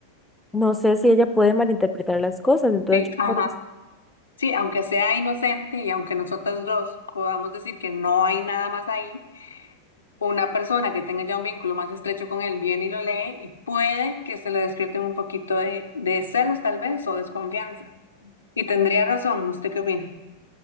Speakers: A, in the centre; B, on the left.
A: no sé si ella puede malinterpretar las cosas. Entonces,
B: sí,
A: yo
B: ajá.
A: por eso,
B: Sí, aunque sea inocente y aunque nosotros dos podamos decir que no hay nada más ahí una persona que tenga ya un vínculo más estrecho con él viene y lo lee y puede que se le despierten un poquito de, de celos tal vez o desconfianza. Y tendría razón, ¿usted qué opina?